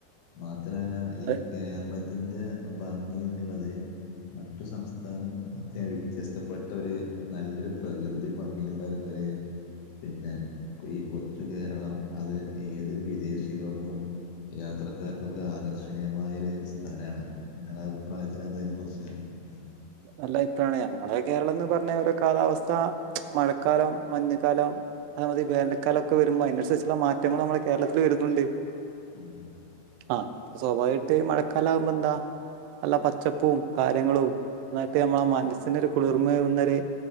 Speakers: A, on the left; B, on the right.
A: മാ ത്രല്ല
B: അതെ
A: ഈ കേരള ത്തിന്റെ ഭംഗി എന്നുള്ളത് മറ്റു സംസ്ഥാനങ്ങളന്നൊക്കെ വി വ്യത്യസ്ഥപ്പെട്ടര് നല്ലൊരു പ്രകൃതി ഭംഗിയുള്ള ഒര് പിന്നെ ഈ കൊച്ചു കേരളം അത് ഏതൊരു വിദേശികൾക്കും യാത്രക്കാർക്കൊക്കെ ആകർഷണീയമായൊ ഒരു സ്ഥലമാണ് നിങ്ങളുടെ അഭിപ്രായത്തി എന്ത അതിനെ കുറിച്ച് ഉം
B: അല്ല ഇപ്പോഴാണ് ഞമ്മടെ കേരളം എന്ന് പറഞ്ഞ ഓരോ കാലാവസ്ഥ മഴക്കാലം, മഞ്ഞ്ക്കാലം, അതേമാതിരി വേനൽക്കാലം ക്കെ വരുമ്പം അയ്നൻസർച്ചുള്ള മാറ്റങ്ങളും നമ്മുടെ കേരളത്തിൽ വെരു നുണ്ട്
A: ഉം
B: ആ സ്വഭാവമായിട്ട് മഴക്കാല ആവുമ്പോ എന്താ നല്ല പച്ചപ്പും കാര്യങ്ങളും ന്നായിട്ട് നമ്മളെ മനസ്സിനൊ ഒരു കുളിർമരുന്നഒരു